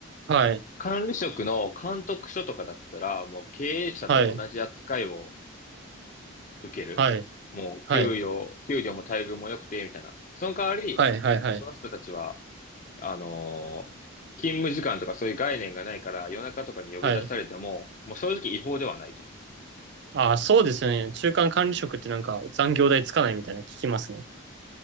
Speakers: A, on the right; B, on the left.
A: はい、
B: 管理職の監督署とかだったら、もう経営者と同じ扱いを
A: はい、
B: 受ける。
A: はい、
B: もう、
A: はい、
B: 給与、給料も待遇も良くて、みたいな。その代わり、
A: はい、はい、はい、
B: その人たちは、あのー勤務時間とかそういう概念がないから、夜中とかに呼び出されても、
A: はい。
B: もう正直違法ではないと。
A: ああ、そうですよね。中間管理職ってなんか残業代つかないみたいなの聞きますね。